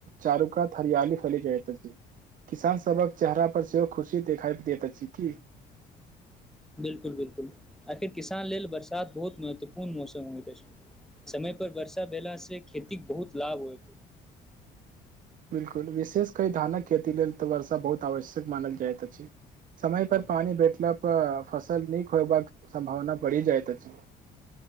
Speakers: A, on the right; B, in the centre.
A: चारू कात हरियाली फैलि जाइत अछि। किसान सभहक चेहरा पर सेहो खुशी देखाय दैत अछि। की
B: बिल्कुल- बिल्कुल, आखिर किसान लेल बरसात बहुत महत्वपूर्ण मौसम होइत अछि। समय पर वर्षा भेला से खेतीक बहुत लाभ होय।
A: बिल्कुल, विशेष कै धानक खेती लेल तऽ वर्षा बहुत आवश्यक मानल जाइत अछि। समय पर पानी भेठला पर, फसल निक होयबाक सम्भावना बढ़ि जायइत अछि।